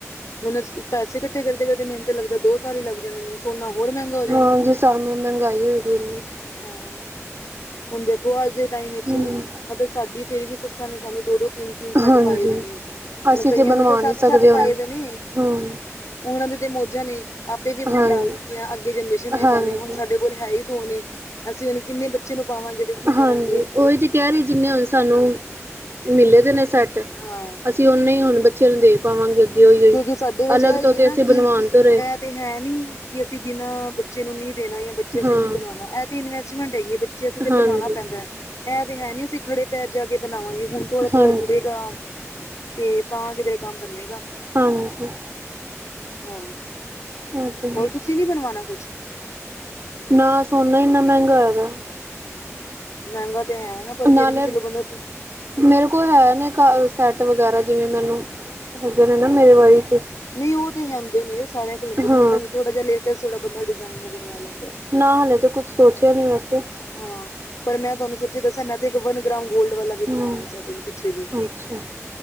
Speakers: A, on the left; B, on the right.
A: ਹੁਨ ਪੈਸੇ ਇਕੱਠੇ ਕਰਦੇ-ਕਰਦੇ ਮੈਨੂੰ ਤਾਂ ਲੱਗਦਾ ਦੋ ਸਾਲ ਹੀ ਲੱਗ ਜਾਨੇ ਨੇ। ਸੋਨਾ ਹੋਰ ਮਹਿੰਗਾ ਹੋ
B: ਹਾਂ ਜਿਸ ਸਾਬ ਨਾਲ ਮਹਿੰਗਾਈ ਹੋਈ ਦੀ ਇੰਨੀ।
A: ਹਾਂ, ਹੁਨ ਦੇਖੋ ਅੱਜ ਦੇ ਟਾਈਮ
B: ਹੂੰ
A: ਚ ਸਾਡੀ ਫੇਰ ਵੀ ਸੱਸਾਂ ਨੇ ਸਾਨੂੰ ਦੋ-ਦੋ, ਤਿੰਨ-ਤਿੰਨ ਸੈੱਟ
B: ਹਾਂਜੀ
A: ਪਾਏ ਦੇ ਨੇ।
B: ਅਸੀਂ
A: ਹੁਨ ਕਈਆਂ
B: ਬਣਵਾ
A: ਨੂੰ ਤੇ ਸੱਤ-ਸੱਤ
B: ਨਹੀਂ ਸਕਦੇ ਹੁਣ
A: ਪਾਏ ਦੇ ਨੇ।
B: ਹਾਂ
A: ਓਨਾਂ ਦੇ ਤੇ ਮੌਜਾਂ ਨੇ, ਆਪੇ ਵੀ
B: ਹਾਂਜੀ
A: ਹੰਡਾ ਲਈਤੀਆਂ, ਅੱਗੇ ਜਨਰੇਸ਼ਨ ਨੂੰ ਹੀ
B: ਹਾਂਜੀ
A: ਪਾਂ ਲਈਆਂ ਹੁਨ ਸਾਡੇ ਕੋਲ ਹੈ ਹੀ ਦੋ ਨੇ, ਅਸੀਂ ਹੁਨ ਕਿੰਨੇ ਬੱਚੇ ਨੂੰ ਪਾਵਾਂਗੇ। ਤੇ ਕੀ
B: ਹਾਂਜੀ
A: ਕਰਾਂਗੇ
B: ਉਹੀ ਤੇ ਕਹਿ ਰਹੀ ਜਿੰਨੇ ਹੁਣ ਸਾਨੂੰ
A: ਹਾਂ।
B: ਮਿਲੇ ਦੇ ਨੇ ਸੈੱਟ
A: ਹਾਂ
B: ਜੇ ਉਹਨੇ ਹੀ ਹੁਣ ਬੱਚੇ ਨੂੰ ਦੇ ਪਾਵਾਂਗੇ ਅੱਗੇ ਹੋਈ ਹੋਈ
A: ਕਿਉਂਕਿ ਸਾਡੇ ਵਿੱਚ
B: ਅੱਲਗ
A: ਇਹ
B: ਤੋਂ
A: ਹੀ
B: ਤੇ
A: ਹੈ ਨਾ
B: ਅਸੀਂ
A: ਕਿ
B: ਬਣਵਾਨ
A: ਇਹ
B: ਤੁਰੇ
A: ਤੇ ਹੈ ਨੀ ਕਿ ਅਸੀਂ ਬਿਨਾਂ ਬੱਚੇ ਨੂੰ ਨਹੀਂ ਦੇਣਾ ਜਾਂ ਬੱਚੇ ਅਸੀਂ
B: ਹਾਂ
A: ਨਹੀਂ ਬਣਵਾਉਣਾ ਇਹ ਤੇ ਇਨਵੈਸਟਮੈਂਟ ਹੈਗੀ ਹੈ ਬੱਚੇ ਅਸੀਂ ਤੇ
B: ਹਾਂਜੀ
A: ਬਣਾਉਣਾ ਪੈਂਦਾ ਹੈ ਇਹਂ ਤੇ ਹੈ ਨੀ ਅਸੀਂ ਖੜੇ ਪੈਰ ਜਾ ਕੇ ਬਣਾਵਾਂਗੇ ਹੁਣ ਥੋੜਾ -ਥੋੜ੍ਹਾ
B: ਹਾਂਜੀ
A: ਜੁੜੇਗਾ ਤੇ ਤਾਂ ਕਿਧਰੇ ਕੰਮ ਬੰਨੇਗਾ।
B: ਹਾਂਜੀ।
A: ਆਹ,
B: ਇਹ ਤੇ ਹੈ
A: ਹੋਰ ਤੁਸੀਂ ਨੀ ਬਣਵਾਣਾ ਕੁਛ
B: ਨਾ ਸੋਨਾ ਇੰਨਾ ਮਹਿੰਗਾ ਹੋਇਆ ਪਿਆ
A: ਮਹਿੰਗਾ ਤੇ ਹੈ, ਨਾ ਪਰ
B: ਨਾਲੇ
A: ਫਿਰ ਵੀ ਚਲੋ ਬੰਦਾ
B: ਮੇਰੇ ਕੋਲ ਹੈ ਨੇ ਸੈੱਟ ਵਗੈਰਾ। ਜਿਵੇਂ ਮੈਨੂੰ ਹੈਗੇ ਨੇ ਨਾ ਮੇਰੇ ਵਾਰੀ ਚ,
A: ਨਹੀਂ ਉਹ ਤੇ ਹੈ ਹੁੰਦੇ ਉਹ ਸਾਰਿਆ ਕੋਲ ਹੁੰਦੇ
B: ਹਾਂ
A: ਨੇ ਮਤਲਬ ਥੋੜਾ ਜਿਹਾ ਲੇਟੈਸਟਾ ਬੰਦਾ ਡਿਜ਼ਾਇਨ ਦਾ ਬਣਵਾ ਲੈਂਦਾ ਹੈ
B: ਨਾ ਹਾਲੇ ਤਾਂ ਕੁੱਛ ਸੋਚਿਆ ਨ ਵੈਸੇ
A: ਹਾਂ ਪਰ ਮੈਂ ਤੁਹਾਨੂੰ ਸੱਚੀ ਦੱਸਿਆ ਮੈਂ ਇੱਕ ਵਨ ਗ੍ਰਾਮ ਗੋਲਡ ਵਾਲਾ ਵੀ
B: ਹੂੰ
A: ਬਣਵਾਇਆ ਸਾਡੇ ਨੇ ਪਿੱਛੇ ਜੀ
B: ਅੱਛਾ